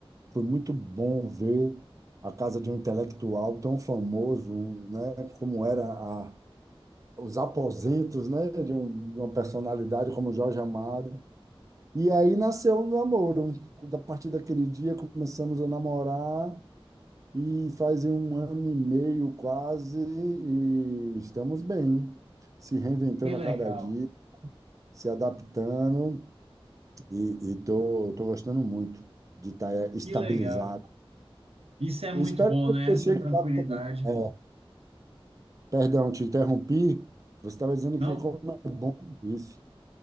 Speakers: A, on the right; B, on the right.
A: Foi muito bom ver a casa de um intelectual tão famoso, né, como era a, os aposentos, né, de, um- de uma personalidade como Jorge Amado. E aí nasceu o namoro. A partir daquele dia começamos a namorar e fazem um ano e meio quase e estamos bem, se reinventando
B: que legal,
A: a cada dia, se adaptando E estou tô, tô gostando muito de estar estabilizado.
B: que legal. Isso é muito
A: Eu espero
B: bom,
A: que
B: né? Essa
A: você chegue
B: tranquilidade.
A: lá também. É, perdão, te interrompi. Você estava dizendo
B: Não
A: que como é bom isso.